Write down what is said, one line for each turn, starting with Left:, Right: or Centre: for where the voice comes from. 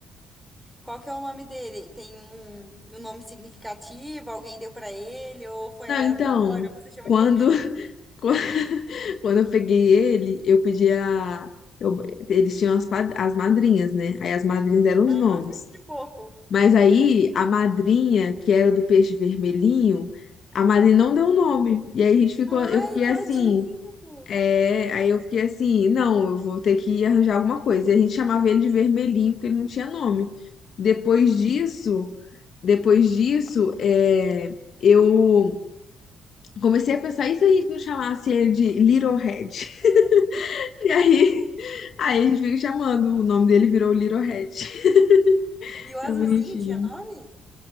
Centre: Qual que é o nome dele? Tem um, um nome significativo? Alguém deu pra ele? Ou foi
Left: Não,
Centre: aleatório?
Left: então,
Centre: Você chama
Left: quando,
Centre: de vermelhinho?
Left: <laughs> quando quando eu peguei ele, eu pedi a. eu- eles tinham as, pad- as madrinhas, né? Aí as madrinhas deram
Centre: Ah,
Left: os nomes.
Centre: <laughs> que fofo.
Left: Mas aí a madrinha, que era do peixe vermelhinho, a madrinha não deu o nome. E aí a gente ficou,
Centre: Ai,
Left: eu fiquei assim,
Centre: tadinho.
Left: é, aí eu fiquei assim, não, eu vou ter que arranjar alguma coisa. E a gente chamava ele de vermelhinho porque ele não tinha nome. Depois disso, depois disso, é, eu comecei a pensar, e se a gente não chamasse ele de Little Red? <laughs> E aí, aí a gente fica chamando, o nome dele virou Little Red. <laughs>
Centre: E o azulzinho
Left: É bonitinho.
Centre: tinha nome?